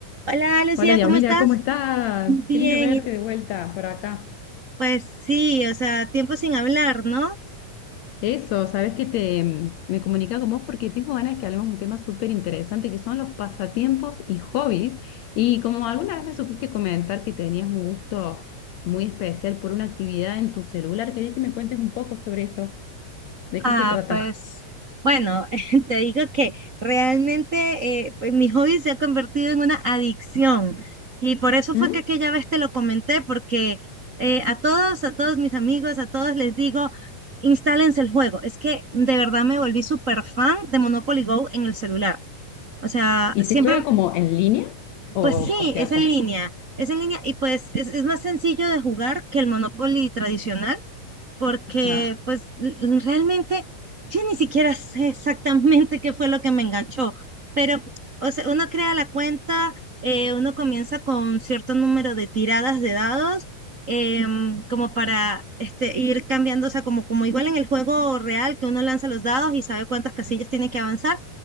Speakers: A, on the right; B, on the left.
A: Hola Lucía,
B: Hola, Dios,
A: ¿cómo
B: mira,
A: estás?
B: ¿cómo estás?
A: Bien,
B: Qué lindo verte
A: y
B: de vuelta por acá.
A: pues sí, o sea, tiempo sin hablar, ¿no?
B: Eso, sabes que te mm, me comunicaba con vos porque tengo ganas de que hablemos de un tema súper interesante que son los pasatiempos y hobbies. Y como alguna vez me supiste comentar que tenías un gusto muy especial por una actividad en tu celular, quería que me cuentes un poco sobre eso. ¿De qué
A: Ah,
B: se trata?
A: pues bueno, <laughs> te digo que realmente eh, pues, mi hobby se ha convertido en una adicción y por eso
B: ¿Mm?
A: fue que aquella vez te lo comenté, porque eh, a todos, a todos mis amigos, a todos les digo, instálense el juego. Es que de verdad me volví súper fan de Monopoly Go en el celular. O sea,
B: ¿Y
A: siempre,
B: se juega como en línea? O,
A: Pues sí,
B: o sea,
A: es en
B: como.
A: línea, es en línea y pues es, es más sencillo de jugar que el Monopoly tradicional porque
B: Ajá.
A: pues l- realmente yo ni siquiera sé exactamente qué fue lo que me enganchó, pero o sea, uno crea la cuenta, eh, uno comienza con cierto número de tiradas de dados em, como para este, ir cambiando, o sea, como, como igual en el juego real que uno lanza los dados y sabe cuántas casillas tiene que avanzar